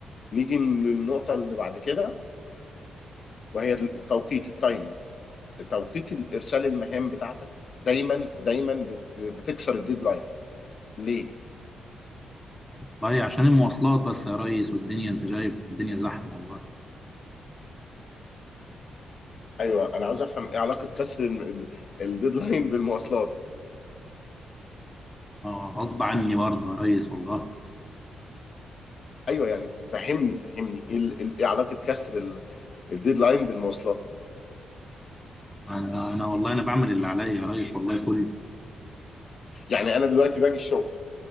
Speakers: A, on the left; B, in the centre.
A: نيجي للنقطه اللي بعد كده وهي التوقيت التايمنج توقيت الارسال المهام بتاعتك دايما دايما بت- بتكسر الديدلاين ليه
B: والله عشان المواصلات بس يا ريس والدنيا انت شايف الدنيا زحمة والله
A: ايوه انا عاوز افهم ايه علاقه كسر ال- الديدلاين <laughs> بالمواصلات
B: ما هو غصب عني برضه يا ريس والله
A: ايوه يعني فهمني فهمني ايه ال- إيه ال- ايه علاقه كسر ال- الديدلاين بالمواصلات
B: انا انا والله انا بعمل اللي عليا يا ريس والله كله
A: يعني انا دلوقتي باجي الشغل